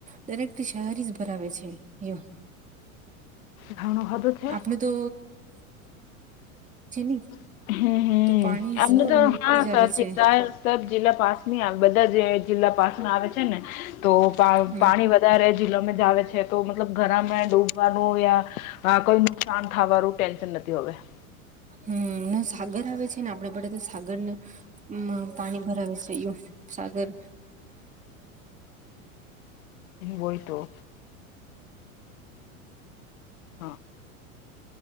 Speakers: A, on the right (about 15°); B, on the left (about 75°).
A: દરેક શહેરી જ ભરાવે છે. <unintelligible>
B: ઘણું બધું છે
A: આપણે તો <inaudible>
B: <inaudible> <unintelligible>
A: તો પાણી સબ
B: <unintelligible>
A: નીકળી જ આવે
B: <inaudible>
A: છે
B: <unintelligible> જિલ્લામાં જ આવે છે <inaudible>
A: હમ
B: હા કોઈ નુકસાન થવાનું ટેન્શન નથી હવે
A: હમ સાગર આવે છે ને આપડે પડે તો સાગર ને પાણી ભરાવે છે એમ સાગર
B: હોય તો હા